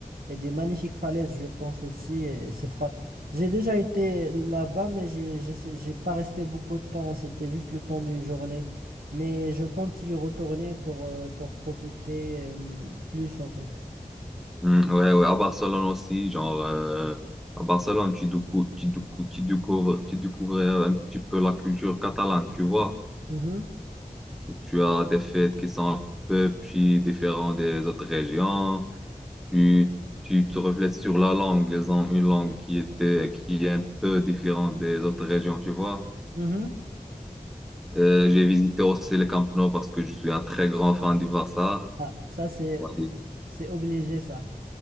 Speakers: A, on the right (about 85°); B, in the centre.
A: et des magnifiques falaises, je pense aussi. et C'est fra- J'ai déjà été là-bas, mais j'ai j'ai- j'ai pas resté beaucoup de temps. C'était juste le temps d'une journée. Mais je compte y retourner pour, euh, pour profiter euh, plus, en fait.
B: Mm, ouais, ouais, à Barcelone aussi, genre, euh, à Barcelone, tu, décou- tu, décou- tu découvres, tu découvres un petit peu la culture catalane, tu vois.
A: Mhm,
B: Tu as des fêtes qui sont un peu plus différentes des autres régions. Tu, tu te reflètes sur la langue, les en- une langue qui était, qui est un peu différente des autres régions, tu vois.
A: mhm.
B: Euh, j'ai visité aussi le Camp Nou parce que je suis un très grand fan du Barça.
A: Ah, ça, c'est
B: Ouais, du-
A: c'est obligé, ça.